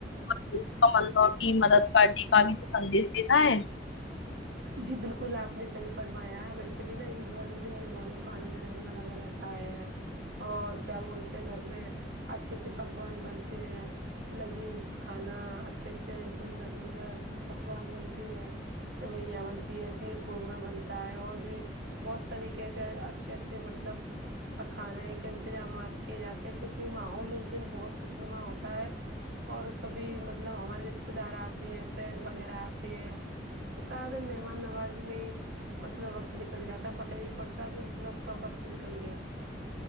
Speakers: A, on the left; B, on the right.
A: <unintelligible> تو کی مدد کرنے کا بھی سندیش دیتا ہے
B: جی بالکل آپ نے صحیح فرمایا ہے ویسے بھی نا عید والے دن مہمانوں کا آنا جنا گنا لگا رہتا ہے اور کیا بولتے ہیں گھر میں اچھے اچھے پکوان بنتے ہیں لذیذ کھانا اچھے اچھے سندر سندر پکوان بنتے ہیں سوئیاں بنتی ہے سیر قورمہ بنتا ہے اور بھی بہت طریقے کے اچھے اچھے مطلب اور کھانا کے انتظامات کیے جاتے ہیں کیونکی ماحول اس دن بہت خوشنما ہوتا ہے اور سبھی مطلب ہمارے رشتے دار آتے ہیں فرینڈ وغیرہ آتے ہیں تو سارا دن مہمان نوازی میں ہی مطلب وقت نکل جاتا پتہ ہی نہیں پڑتا کی مطلب کب وقت نکل گیا